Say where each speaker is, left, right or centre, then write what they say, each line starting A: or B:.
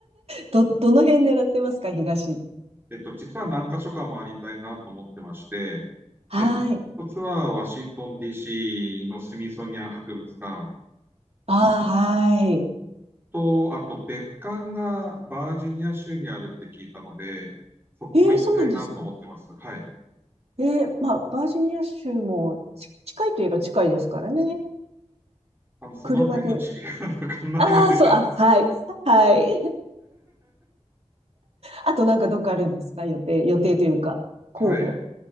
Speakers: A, on the right (about 60°); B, on the right (about 20°).
A: ど、どの辺狙ってますか、東。
B: えっと、実は何か所か回りたいなと思ってまして、
A: はい。
B: えっと、一つはワシントン DC のスミソニアン博物館。
A: ああ、はい。
B: と、あと別館がバージニア州にあるって聞いたので、そこも行きたいなと思ってます。
A: ええそうなんですか。
B: はい。
A: ええまあ、バージニア州もち近いといえば近いですからね。
B: あの、そのあたりの地理が
A: 車で。
B: <laughs> わかんないのでなん
A: ああ、そう、あ、はい。はい。あとなんかどっかあるんですか予定、予定というか、候補は。
B: はい。